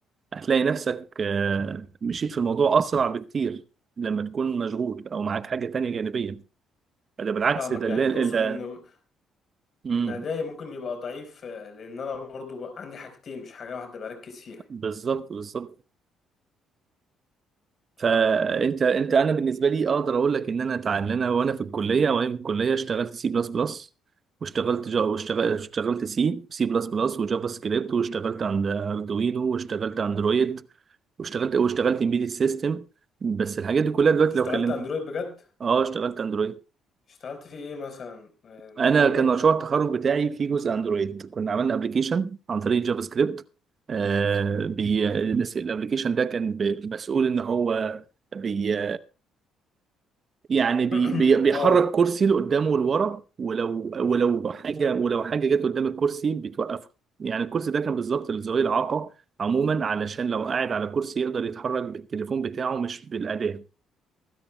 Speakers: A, on the right (about 45°); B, on the left (about 50°).
A: هتلاقي نفسك آه، مشيت في الموضوع اسرع بكتير لما تكون مشغول او معاك حاجه تانية جانبيه ده بالعكس
B: فاهمك
A: ده اللي
B: يعني تقصد
A: ده
B: ان
A: مم.
B: ان ادائي ممكن يبقى ضعيف آه، لان انا برضو بقى عندي حاجتين مش حاجه واحده بركز فيها
A: بالظبط بالظبط فانت
B: فاهمك اه
A: انت انا بالنسبه لي اقدر اقول لك ان انا اتعلم انا وانا في الكليه وانا في الكليه اشتغلت سي بلس بلس واشتغلت جا واشتغلت اشتغلت سي سي بلس بلس وجافا سكريبت واشتغلت عند اردوينو واشتغلت اندرويد واشتغلت واشتغلت امبيدد سيستم بس الحاجات دي كلها دلوقتي
B: اشتغلت
A: لو كلمت
B: اندرويد بجد
A: اه اشتغلت اندرويد
B: اشتغلت في ايه مثلا آه، الموضوع
A: انا كان
B: ده مشوق
A: مشروع التخرج
B: بالنسبه
A: بتاعي فيه جزء اندرويد كنا عملنا ابلكيشن عن طريق جافا سكريبت آه بي الابلكيشن ده كان ب- مسؤول ان هو بي... يعني بي
B: لي <clears throat>
A: بي بيحرك
B: اه
A: كرسي لقدام ولورا ولو ولو حاجه ولو حاجه جت قدام الكرسي بتوقفه يعني الكرسي ده كان بالظبط لذوي الاعاقه عموما علشان لو قاعد على كرسي يقدر يتحرك بالتليفون بتاعه مش بالاداه